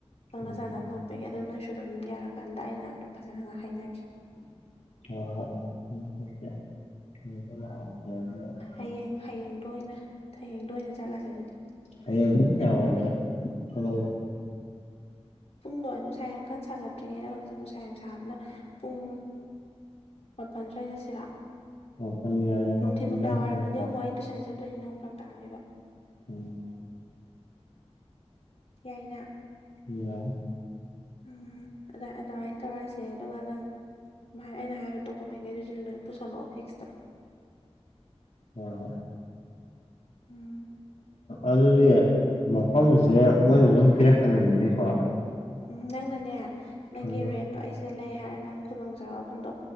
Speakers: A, on the left; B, on the left.
A: ꯈꯪꯅ
B: ꯎꯝ
A: ꯆꯥꯅꯕ ꯈꯣꯠꯄꯒꯤ ꯑꯗꯨ ꯅꯣꯏꯁꯨ ꯑꯗꯨꯝ ꯌꯥꯔꯀꯥꯟꯗ ꯑꯩꯅ ꯑꯗꯨꯝ ꯐꯖꯅ ꯍꯥꯏꯅꯈꯤ
B: ꯍ ꯍꯣꯏꯦ
A: ꯍꯌꯦꯡ ꯍꯌꯦꯡꯗ ꯑꯣꯏꯅ ꯍꯌꯦꯡꯗ ꯑꯣꯏꯅ ꯆꯠꯂꯁꯦ ꯑꯗꯨꯗꯤ
B: ꯍꯌꯦ ꯀꯌꯥꯋꯥꯔꯒ ꯊꯂ
A: ꯄꯨꯡꯗꯣ ꯅꯨꯡꯁꯥ ꯌꯥꯝ ꯀꯟ ꯁꯥꯒꯠꯇ꯭ꯔꯤꯉꯩꯗ ꯍꯧꯖꯤꯛ ꯅꯨꯡꯁꯥ ꯌꯥꯝ ꯁꯥꯥꯕꯅ ꯄꯨꯡ ꯃꯥꯄꯜ ꯁ꯭ꯋꯥꯏ ꯆꯠꯁꯤꯔ
B: ꯃꯥꯄꯟ ꯌꯥꯏ
A: ꯅꯨꯡꯊꯤꯤꯟ
B: ꯃꯥꯄꯟ
A: ꯅꯨꯡꯗꯥꯡꯋꯥꯏꯔꯝꯗꯨꯗꯤ
B: ꯑꯗꯥꯏ ꯊꯣꯛꯂꯛꯑꯣꯕ
A: ꯑꯃꯨꯛ ꯑꯩ ꯇꯨꯏꯁꯟ ꯆꯠꯇꯣꯏꯅꯤ ꯅꯪ ꯐꯔꯛꯥꯛꯑꯅꯦꯕ
B: ꯎꯝ
A: ꯌꯥꯏꯅ
B: ꯎꯝ
A: ꯎꯝ ꯑ ꯑꯗꯨꯃꯥꯏꯅ ꯇꯧꯔꯁꯤ ꯁ ꯑꯗꯨꯒ ꯅꯪꯃꯥꯏꯅ ꯑꯩꯅ ꯍꯥꯏꯔꯤꯕ ꯗꯣꯀꯨꯃꯦꯟꯈꯩꯗꯨꯁꯨ ꯂꯣꯏ ꯄꯨꯁꯜꯂꯛꯑꯣ ꯐꯤꯛꯁꯇ
B: ꯑꯣ
A: ꯎꯝ
B: ꯑꯗꯨꯗꯤ ꯃꯐꯝꯁꯦ ꯃꯣꯏꯅ ꯑꯗꯨꯝ ꯄꯤꯔꯛꯀꯗꯣꯏꯅꯤꯅꯦꯀꯣ
A: ꯎꯝ ꯅꯪꯅꯅꯦ ꯅꯪꯒꯤ
B: ꯎꯝ
A: ꯔꯦꯟꯇꯣ ꯑꯩ ꯁꯤꯗ ꯂꯩ ꯍꯥꯏꯔꯒ ꯅꯪ ꯈꯨꯗꯣꯡꯆꯥꯥꯕ ꯃꯐꯝꯗꯣ